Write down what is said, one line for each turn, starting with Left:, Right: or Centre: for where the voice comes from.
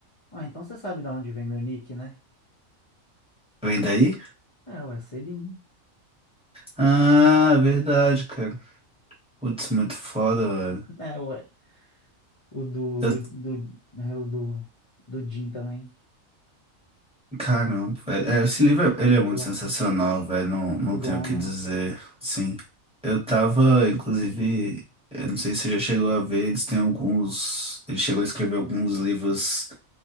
Left: Ah, então você sabe de onde vem meu nick, né?
Centre: Vem daí?
Left: Ah, ué, Selim.
Centre: Ah, verdade, cara. Putz, muito foda, velho.
Left: Ah, ué. O do,
Centre: Eu
Left: do, do, é o do, do Jim também.
Centre: Caramba, velho. É, esse livro, é-
Left: Fela.
Centre: ele é muito sensacional, velho. Não,
Left: Muito
Centre: não
Left: bom,
Centre: tenho o que
Left: né?
Centre: dizer. Sim. Eu tava, inclusive, eu não sei se você já chegou a ver, eles têm alguns. Ele chegou a escrever alguns livros